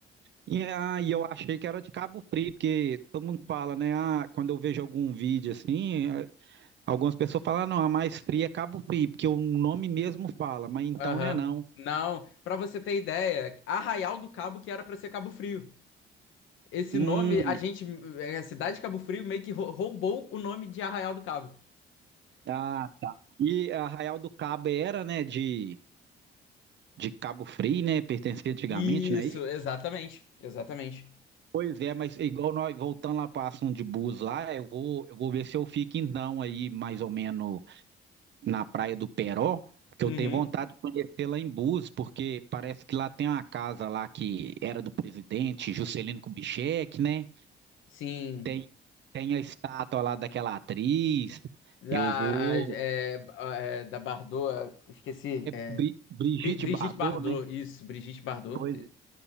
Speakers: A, on the right (about 65°); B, on the left (about 80°).
A: E aí eu achei que era de Cabo Frio, porque todo mundo fala, né? Ah, quando eu vejo algum vídeo assim, eh, algumas pessoas falam, "Ah, não, a mais fria é Cabo Frio, porque o nome mesmo fala, mas então
B: Aham.
A: não é não.
B: Não, pra você ter ideia, Arraial do Cabo que era pra ser Cabo Frio. Esse
A: Hum,
B: nome, a gente, é, a cidade de Cabo Frio meio que rou- roubou o nome de Arraial do Cabo.
A: ah, tá. E Arraial do Cabo era, né, de, de Cabo Frio, né? Pertencia antigamente,
B: Isso,
A: né? E,
B: exatamente, exatamente.
A: pois é, mas igual nós voltando lá para assunto de bus lá, eu vou, eu vou ver se eu fico então aí, mais ou menos. na Praia do Peró, porque
B: Uhum.
A: eu tenho vontade de conhecer lá em Búzios, porque parece que lá tem uma casa lá que era do presidente Juscelino Kubitschek, né?
B: Sim,
A: Tem, tem a estátua lá daquela atriz.
B: da,
A: Eu vou.
B: é, é, da Bardot, esqueci. é,
A: Bri- Brigitte
B: Bri- Brigitte
A: Bardot,
B: Bardot,
A: né?
B: isso, Brigitte Bardot.
A: Pois